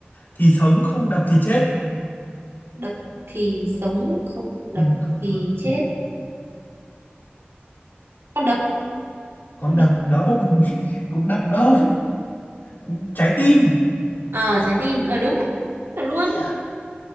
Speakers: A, on the left; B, on the right.
A: thì sống không đập thì chết
B: đập thì sống không đập
A: ừ, không
B: thì
A: đập
B: chết
A: thì
B: con đập
A: con
B: con
A: đập
B: đập
A: đâu <laughs> cũng đập đâu <laughs> trái tim
B: ờ trái tim ờ đúng thật luôn
A: đấy ạ